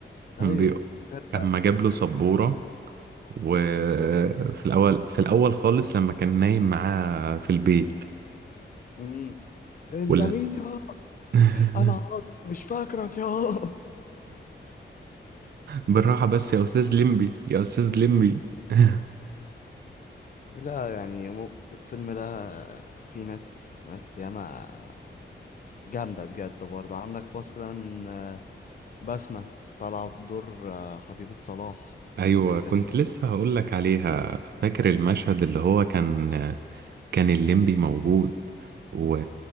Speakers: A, on the right (about 60°); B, on the left (about 45°).
A: كان
B: ايوه
A: بي-
B: نرجع
A: اما جاب له سبورة وفي الاول في الاول خالص لما كان نايم معاه في البيت
B: امم انت
A: ولا
B: مين يا
A: <laughs>
B: انا عاطف مش فاكرك يا <laughs>
A: بالراحة بس يا استاذ ليمبي يا استاذ ليمبي <laughs>
B: لا يعني مو الفيلم ده في ناس ناس ياما جامدة بجد برضه عندك مثلا آه، بسمة طالعة في دور آه، حبيبة صلاح
A: ايوه
B: البنت
A: كنت
B: اللي كانت
A: لسه هقول لك عليها فاكر المشهد اللي هو كان كان الليمبي موجود و...